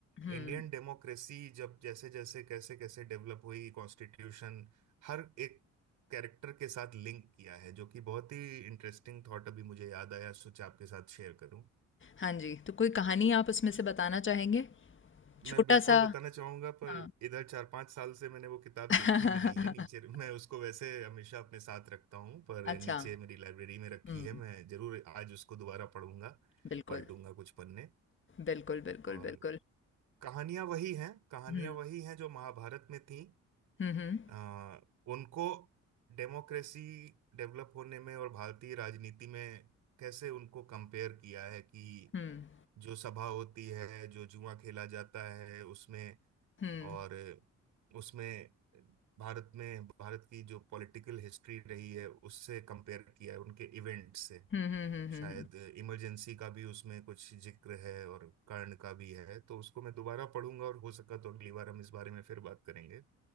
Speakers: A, on the left (about 40°); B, on the right (about 75°).
A: हम्म
B: इंडियन डेमोक्रेसी जब जैसे जैसे कैसे कैसे डेवलप हुई कॉन्स्टिट्यूशन हर एक कैरेक्टर के साथ लिंक किया है जो कि बहुत ही इंटरेस्टिंग थॉट अभी मुझे याद आया सोचा आपके साथ शेयर करूं
A: हाँ जी तो कोई कहानी आप उसमें से बताना चाहेंगे
B: मैं
A: छोटा
B: बिल्कुल
A: सा
B: बताना चाहूंगा पर
A: हाँ
B: इधर चार पांच साल से मैंने वो किताब
A: <laughs>
B: देखी भी नहीं है नीचे मैं उसको वैसे हमेशा अपने साथ रखता हूँ पर
A: अच्छा
B: नीचे मेरी लाइब्रेरी में रखी
A: हम्म
B: है मैं जरूर आज उसको दोबारा पढ़ूंगा
A: बिल्कुल
B: पलटूंगा कुछ पन्ने
A: बिल्कुल बिल्कुल
B: और
A: बिल्कुल
B: कहानियां वही हैं कहानियां
A: हम्म
B: वही हैं जो महाभारत में थी
A: हम्म
B: आ, उनको डेमोक्रेसी डेवलप होने में और भारतीय राजनीति में कैसे उनको कंपेयर किया है कि
A: हम्म
B: जो सभा होती है जो जुआ खेला जाता है उसमें
A: हम्म
B: और उसमें भारत में भारत की जो पॉलिटिकल हिस्ट्री रही है उससे कंपेयर किया है उनके इवेंट से
A: हम्म हम्म हम्म हम्म,
B: शायद
A: हम्म,
B: इमरजेंसी का भी उसमें कुछ जिक्र है और कर्ण का भी है तो उसको मैं दोबारा पढ़ूंगा और हो सका तो अगली बार हम इस बारे में फिर बात करेंगे